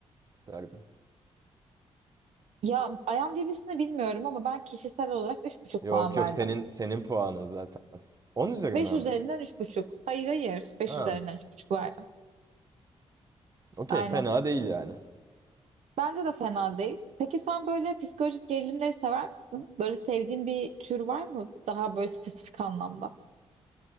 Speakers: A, on the right; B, on the right.
A: derdin?
B: Ya IMDb'sini bilmiyorum ama ben kişisel olarak üç buçuk
A: Yok
B: puan verdim.
A: yok senin senin puanın zaten. 10 üzerinden
B: 5 üzerinden
A: mi?
B: üç buçuk. Hayır hayır Beş
A: Ha,
B: üzerinden üç buçuk verdim.
A: okey
B: Aynen.
A: fena değil yani.
B: Bence de fena değil. Peki sen böyle psikolojik gerilimleri sever misin? Böyle sevdiğin bir tür var mı? Daha böyle spesifik anlamda.